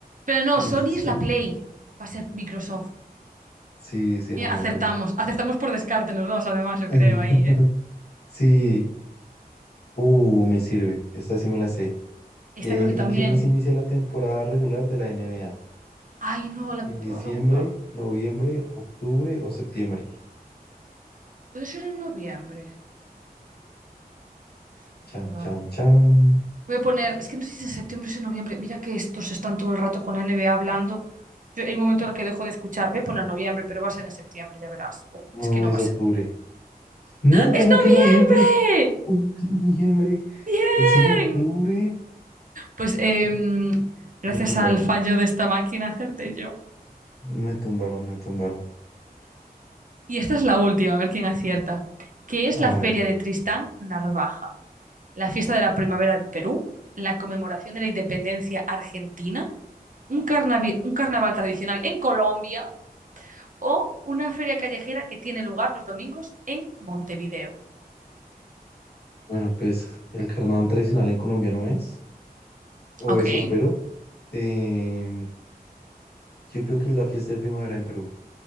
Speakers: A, on the right; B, on the left.
A: Pero no,
B: Estoy...
A: Sony es la Play. Va a ser Microsoft.
B: Sí, sí, era
A: Mira,
B: Microsoft.
A: acertamos. Acertamos por descarte los dos, además, yo
B: <laughs>
A: creo, ahí, ¿eh?
B: Sí. Uh, me sirve. Esta sí me la sé.
A: Esta
B: Eh,
A: creo que
B: ¿en
A: también.
B: qué mes inicia la temporada regular de la NBA?
A: Ay, no, la
B: ¿En
A: puedo
B: diciembre,
A: regular.
B: noviembre, octubre o septiembre?
A: Puede ser en noviembre. Estoy segura.
B: Chan, chan, chan.
A: Voy a poner, es que no sé si es en septiembre o es en noviembre. Mira que estos están todo el rato con la NBA hablando. Yo- hay un momento en el que dejo de escuchar. Voy a poner noviembre, pero va a ser en septiembre, ya verás. O
B: No,
A: es que no
B: es
A: va a ser.
B: octubre. No,
A: ¡Es
B: ¿cómo
A: noviembre!
B: que noviembre? ¿Cómo que noviembre?
A: ¡Bien!
B: Es en octubre.
A: Pues em,
B: M-
A: gracias
B: Me tumbaron,
A: al fallo de esta máquina acerté yo.
B: me tumbaron, me tumbaron.
A: Y esta es la última, a ver quién acierta. ¿Qué es
B: A
A: la Feria
B: ver,
A: de Tristán Narvaja? ¿La fiesta de la primavera de Perú? ¿La conmemoración de la independencia argentina? un carnavi- un carnaval tradicional en Colombia? o una feria callejera que tiene lugar los domingos en Montevideo.
B: bueno, pues el carnaval tradicional en Colombia no es, o
A: Ok.
B: eso espero. Em, yo creo que es la fiesta de primavera en Perú,